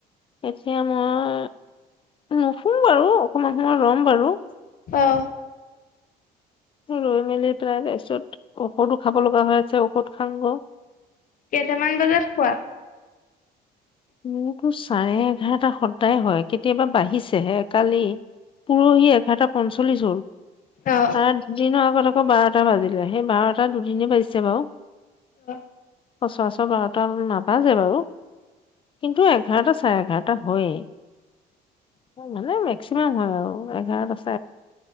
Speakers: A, on the left; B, on the left.
A: এতিয়া মই নুশু বাৰু অকমান সময় ৰম বাৰু।
B: অঁ।
A: ৰৈ মেলি পেলায় তায় তাৰপিছত ঔষধো খাব লগা হৈ আছে ঔষধ খাং ক।
B: কেইটামান বজাত খোৱা।
A: মোৰো চাৰে এঘাৰটা সদায় হয়, কেতিয়াবা বাঢ়িছেহে। কালি পৰহি এঘাৰটা পঞ্চল্লিশ হল,
B: অ
A: তাৰে দুদিনৰ আগত আকৌ আকৌ বাৰটা বাজিলে সেই বাৰটা দুদিনে বাজিছে বাৰু।
B: অঁ।
A: পচৰাচৰ বাৰটা মান নাবাজে বাৰু। কিন্তু এঘাৰটা চাৰে এঘাৰটা হয়। মানে মেক্সিমাম হয় আৰু এঘাৰ দ।